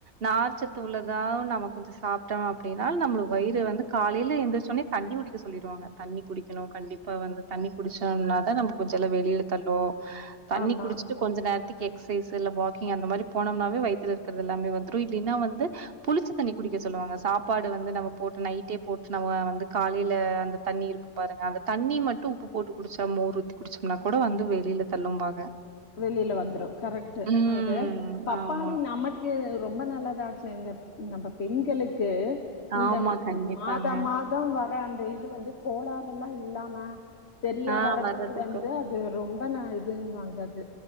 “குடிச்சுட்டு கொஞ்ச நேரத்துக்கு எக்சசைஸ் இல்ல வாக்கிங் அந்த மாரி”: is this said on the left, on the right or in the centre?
Right